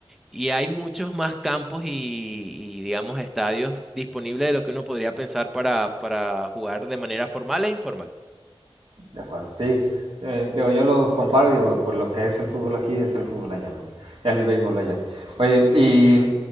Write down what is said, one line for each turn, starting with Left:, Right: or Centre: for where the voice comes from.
Centre: y hay muchos más campos y, y, digamos, estadios disponibles de lo que uno podría pensar para, para jugar de manera formal e informal.
Right: de acuerdo. Sí, eh, digo, yo lo comparo y digo, pues lo que es el fútbol aquí es el fútbol allá, ¿no? El béisbol allá. Oye, y